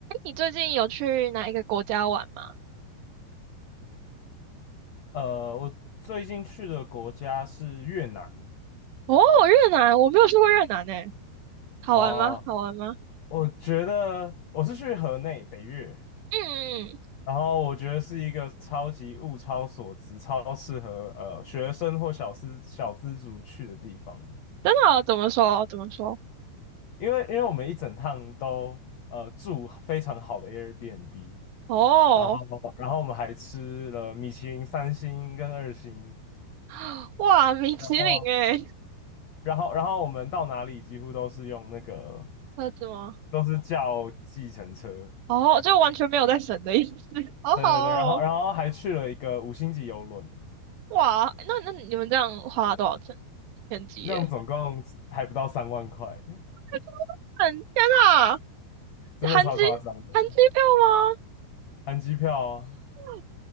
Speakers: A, on the right (about 75°); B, on the left (about 80°).
A: 你最近有去哪一个国家玩吗？
B: 呃，我最近去的国家是越南
A: 哦，越南，我没有去过越南呢。好玩吗？
B: 啊，
A: 好玩吗？
B: 我觉得我是去河内北越，
A: 嗯，嗯，
B: 然后我觉得是一个超级物超所值、超适合呃学生或小资小资族去的地方，
A: 真的哦怎么说？怎么说？
B: 因为因为我们一整趟都呃住非常好的 Airbnb，
A: 哦，
B: 然后然后我们还吃了米其林三星跟二星。
A: <gasps> 哇，米其林诶，
B: 然后。然后然后我们到哪里几乎都是用那个，
A: 车子吗？
B: 都是叫计程车，
A: 哦，就完全没有在省的意思。<laughs> 好好哦，
B: 对对对，然后然后还去了一个五星级游轮，
A: 哇，那那你们这样花了多少钱？天机耶！
B: 这样总共还不到三万块，
A: <laughs> 嗯，天呐，
B: 真的超夸张的，
A: 含机含机票吗？
B: 含机票啊，
A: 啊，